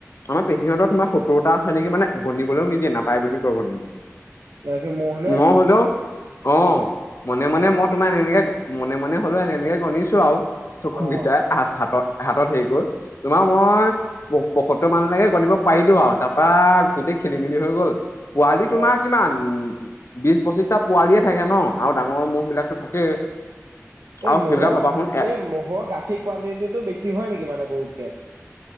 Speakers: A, on the left (about 55°); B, on the right (about 85°).
A: আমাৰ পেহিহতৰ তোমাৰ সত্তৰটা আছে নেকি মানে গনিবলৈও নিদিয়ে নাপায় বুলি কয় গনিব
B: সি ম'হ নে
A: মই হলেও অ মনে
B: অ
A: মনে মত তোমাৰ এনেকে এনেকে মনে মনে হ'লও এনেকে এনেকে গণিছো আৱ চকু
B: অ
A: কেইটা হা হাতত হাতত হেৰি গ'ল তোমাৰ মই পয়সত্তৰ মানলৈকে গনিব পাৰিলো আৱ তাৰপা গোটেই খেলি মেলি হৈ গল পোৱালি
B: অ
A: তোমাৰ কিমান বিশ পঁচিশটা পোৱালিয়ে থাকে ন আৰু ডাঙৰ মহ বিলাকো থাকেই
B: এই
A: আৰু
B: ম'হৰ
A: সেইবিলাক ভাবাচোন এ
B: এই ম'হৰ গাখীৰ কোৱানটিটিটো বেছি হয় নেকি মানে গৰুতকে